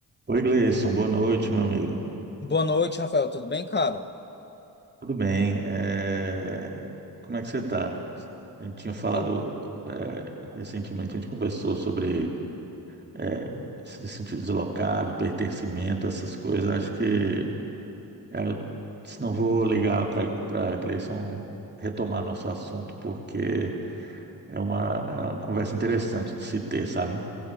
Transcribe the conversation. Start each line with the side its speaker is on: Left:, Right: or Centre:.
Right: Oi, Gleison, boa noite, meu amigo.
Left: Boa noite, Rafael. Tudo bem, cara?
Right: Tudo bem? é, Como é que você está? A gente tinha falado
Left: Oh,
Right: é, recentemente, a gente conversou sobre é, se sentir deslocado, pertencimento, essas coisas. Acho que é, se não vou ligar para para Gleison retomar nosso assunto, porque é uma, é uma conversa interessante de se ter, sabe?